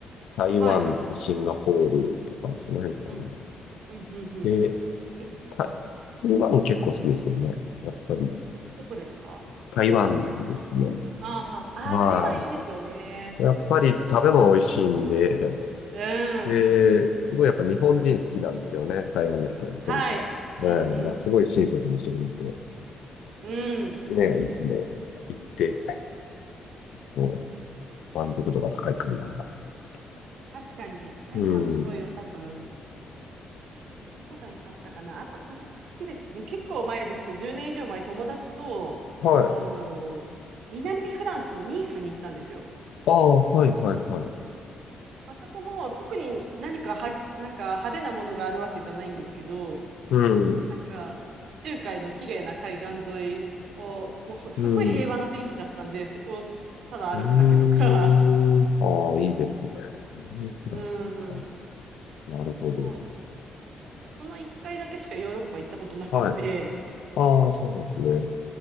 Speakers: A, on the left; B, on the right.
A: 台湾、
B: はい。
A: シンガポールとか、その辺ですかね。
B: うん。うん、うん、うん、
A: で、
B: うん。いいです
A: 台台湾結構好きですけどね。やっぱり、
B: どこですか
A: 台湾ですね。
B: あーは、
A: は
B: あー台湾いいですよね。
A: い。やっぱり食べ物美味しいんで、
B: うん。
A: で、すごいやっぱ日本人好きなんですよね。台湾の人は、
B: はい。
A: 本当。ね、
B: うん
A: まあ、すごい親切にしてくれて、
B: うん。うん。
A: ね、いつも行って、こう、満足度が高い国だな、と思うんですけど。
B: 確かに、台湾すごい良かったな。
A: うん。
B: あとどこが良かったかな。あと、あそこ好きです。もう結構前ですけど、10年以上前、友達と、
A: はい。
B: あのー南フランスのニースに行ったんですよ。
A: ああ、はいはいはい。
B: まあそこも特に何かは、なんか派手なものがあるわけじゃないんですけど、
A: うん、
B: なんか、地中海の綺麗な海岸沿いを、もうすっごい平和な雰囲気だったんで、
A: うん、う
B: そこをただ歩くだけとか、
A: ーん。ああ、いいですね。南フランスか。
B: <laughs> うん、
A: なるほど。
B: そう、そその一回だけしかヨーロッパ行ったことなくて、
A: はい。ああ、そうなんですね。